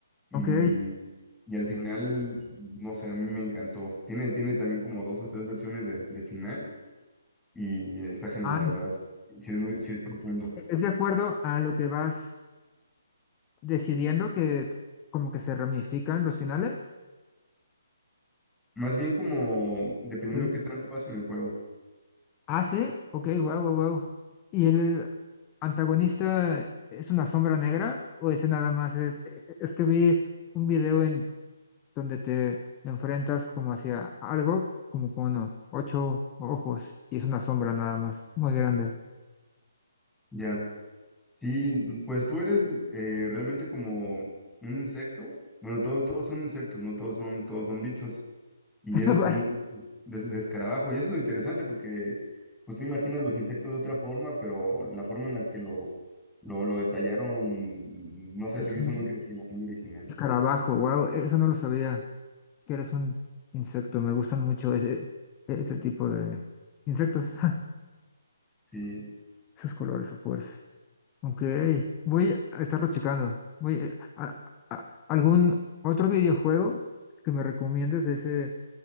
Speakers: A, in the centre; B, on the left.
A: Y,
B: ok.
A: y al final, no sé, a mí me encantó. Tiene, tiene también como dos o tres versiones de, de final y está genial,
B: Ah,
A: la verdad. Sí es muy, sí es profundo.
B: ¿es de acuerdo a lo que vas decidiendo que como que se ramifican los finales?
A: Más bien como dependiendo
B: Ok.
A: qué tanto vas en el juego.
B: Ah, sí, ok, wow, wow, wow. ¿Y el antagonista es una sombra negra o ese nada más es, e, e, es que vi un video en donde te enfrentas como hacia algo, como con ocho ojos y es una sombra nada más, muy grande.
A: Ya. Sí, pues tú eres eh, realmente como un insecto. Bueno, todo- todos son insectos, no todos son, todos son bichos. y
B: <laughs>
A: eres
B: Vaya,
A: como un des- de, Y eso es lo interesante porque, pues tú imaginas los insectos de otra forma, pero la forma en la que lo, lo, lo detallaron, no sé,
B: Es
A: se me hizo
B: un
A: muy creativo, muy original.
B: escarabajo, wow, eso no lo sabía, que eres un insecto, me gustan mucho ese, ese tipo de insectos, <laughs>
A: Sí.
B: esos colores, o fuerza. Ok, voy a estarlo checando. Voy a, a- a- algún otro videojuego que me recomiendes de ese